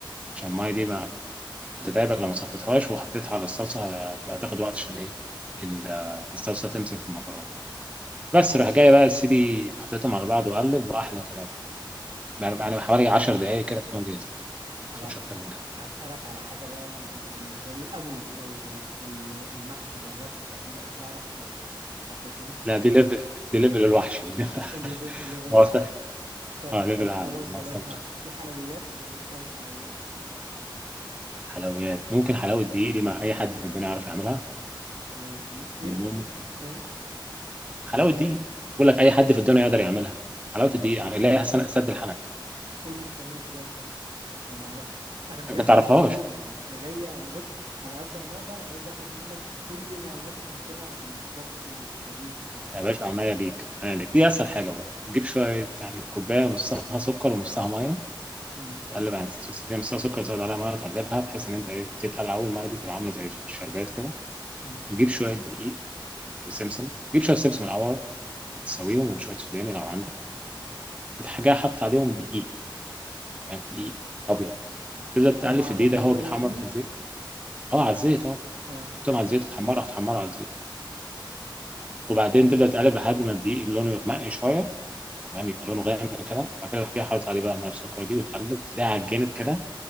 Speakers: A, on the right; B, on the right.
A: عشان الميه دي ما هتتعبك لو ما صفيتهاش وحطيتها على الصلصه هتبقى تاخد وقت عشان ايه ال- الصلصه تمسك في المكرونه بس راح جاي بقى سيدي حطيتهم على بعض وقلب واحلى كلام يعني
B: طب
A: يعني حوالي 10 دقائق كده تكون جاهزه ما
B: طب
A: تاخدش
B: أ-
A: اكتر من كده
B: أسألك على حاجة بقى أنا بن- بالنسبة لي الأول الأول يعني ال- المحشي جربت تعمله أو تعرف أو حد قدامك
A: لا دي
B: ولا
A: ليفل دي <laughs> ليفل الوحش دي <laughs>
B: ليفل ليفل
A: واضح
B: أعلى طب
A: اه ليفل
B: طب
A: اعلى
B: خلاص بلاش
A: ما وصلتش
B: محشي في حلويات جربت تعمل حلويات
A: حلويات ممكن حلاوه دقيق دي مع اي حد في الدنيا يعرف يعملها
B: حلاوة دي إيه
A: مم.
B: اسمها إيه
A: حلاوه دقيق بقول لك اي حد في الدنيا يقدر يعملها
B: مم.
A: حلاوه الدقيق يعني لا يحسن سد الحنك
B: قول لي بتعمل إزاي طيب أنا ما أعرفش أنا بجد
A: انت ما تعرفهاش
B: ما عنديش معلومة أنا أنا جاي أنا بص على قد ما أقدر عايز أخد منك كل المعلومات الممكنة عن الطبخ والطبيخ وكده
A: يا باشا عينيا ليك عينيا ليك دي اسهل حاجه بقى تجيب شويه يعني كوبايه نصها سكر ونصها ميه
B: مم.
A: تقلب يعني تس- يعني نصها سكر زود عليها ميه وتقلبها بحيث ان انت ايه تتقلع اول الميه دي تبقى عامله زي الشربات كده
B: مم.
A: تجيب شويه دقيق وسمسم تجيب شويه سمسم الاول تسويهم وشويه سوداني لو عندك الحاجه حط عليهم دقيق يعني دقيق ابيض تفضل
B: وهم
A: تقلب
B: على
A: في الدقيقه
B: النار
A: هو بيتحمر
B: يعني
A: في الزيت اه على الزيت اه
B: آه
A: حطهم على الزيت تحمره هتحمره على الزيت وبعدين تبدا تقلب لحد ما الدقيق لونه يغمق شويه تمام يبقى لونه غامق كده بعد كده تروح جاي حاطط عليه بقى الميه السكر دي وتقلب تلاقيها عجنت كده